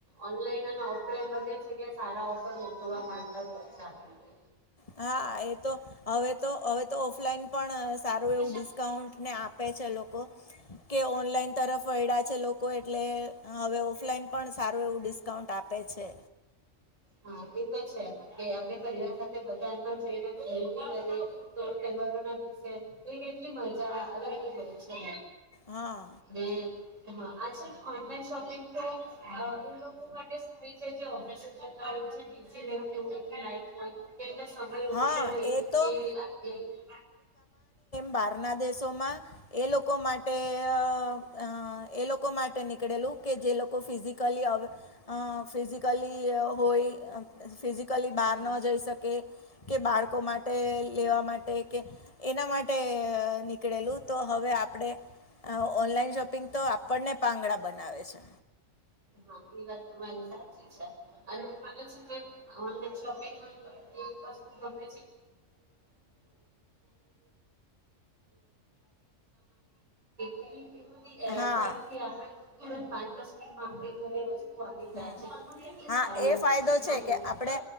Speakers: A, on the right; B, on the left.
A: ઓનલાઈન અને ઓફલાઈન બધી જગ્યા સારા ઓફર જોવા મળતા જ હોય છે, આપણને
B: હા એ તો હવે તો હવે તો ઓફલાઈન પણ
A: હા
B: સારું એવું ડિસ્કાઉન્ટને આપે છે લોકો કે ઓનલાઈન તરફ વળ્યા છે લોકો એટલે હવે ઓફલાઈન પણ સારું એવું ડિસ્કાઉન્ટ આપે છે.
A: હા એ તો છે કે આપણે પરિવાર સાથે બજારમાં જઈને ખરીદી કરી તો તહેવારો ના દિવસે એ કેટલી મજા અલગ-અલગ છે.
B: હા
A: હમ્મ હ આછે ન ઓનલાન શોપિંગ તો એ લોકો માટે સારી છે જે ઓફિસે જતા હોય છે, બીજી વ્યક્તિ હોય છે લાઇફમાં કેમ કે સમય
B: હા
A: ઓછો હોય
B: એ તો
A: કે એે <inaudible>
B: બાર ના દેશોમાં એ લોક લોકો માટે અ અ એ લોકો માટે નીકળેલું કે જે લોકો કો ફિઝિકલી આવેવે ફિઝિકલી હોય ફિઝિકલી બહાર
A: હમ.
B: ન જઈ શકે કે બાળકો માટે લેવા માટે કે એના માટે નીકળેલું તો હવે આપણે ઓનલાઈન શોપિંગ તો આપણને પાંગડા બનાવે છે.
A: હા એ વાત તમારી સાચી છે અનેને છે કે ઓન લાઈન શોપિંગ માં એ વસ્તુ ગમે છે <unintelligible> એ બધી
B: હા
A: એપ થી આપે તુરંત પાંચ બસ મા ઘરે વસ્તુ આવી જાય
B: હમ
A: છે મને એ પણ
B: હા
A: સારું લાગે
B: એ ફાયદો
A: હા
B: છે
A: એ
B: કે આપણે
A: હા